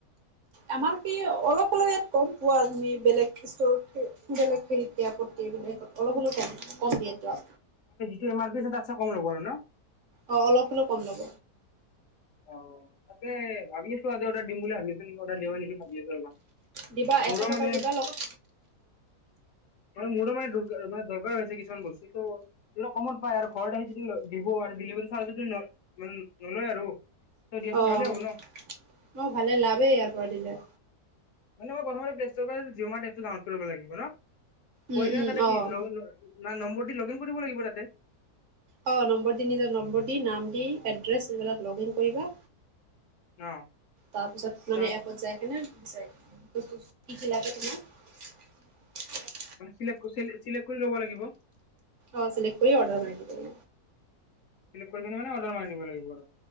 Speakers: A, on the right; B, on the left.
A: আমাৰ কি অলপ হলেপ ইয়াত কম পোৱা তুমি বেলেগ ষ্ট বেলেগ হেত ইয়াৰ প্ৰতিত এইবিলাক অলপ হলেও কম কম দিয়ে যোৱা
B: তমাৰ বেচছ তচছা <inaudible> কমল প ন
A: অ অলপ হলেও কম ল'ব।
B: অ তাকে ভাবি আছো্ আজি অৰ্ডাৰ দিম বুলি ভাব আছো। নেকি অৰ্ডাৰ দিও নেকি ভাবি আছো ৰ'বা।
A: দিবা এশ
B: মৰা
A: টকা
B: মানে
A: দিবা লগত
B: ম মোৰু মানে দকাৰ কিছুমান বস্তু কমত পাই আৰু ঘৰত আহি য দিব আৰু ডিভাৰী চাৰ্জ ইমান নলয় আৰু। ত দিয়াটো
A: অ'
B: ভালেই হ'ব ন
A: ম ভালে লাভেই ইয়াৰ পৰা দিলে।
B: মানেই প্ৰথমতে প্লেষ্ট জঅ' মাৰ এপ ডাউনোড কৰিব লাগিব ন।
A: উম,
B: কৰিলেনে
A: উম,
B: তাতে
A: অ'।
B: কি নম্বৰ দি লগ ইন কৰিব লাগিব তাতে।
A: অ ন্বৰ দি নিজৰ নম্বৰ দি নাম দি এ কৰিবা
B: অ
A: তাৰপিছত মানে
B: তাৰ
A: এপত যায় কেনে কি কি লাগে তোমাৰ
B: ানেেক্ট <inaudible> কৰি ল'ব লাগিব।
A: অ চিলেক কৰি অৰ্ডাৰ মাৰি দি
B: নে মানে অড্ৰাৰ মাৰি দিব লাগিব। আৰু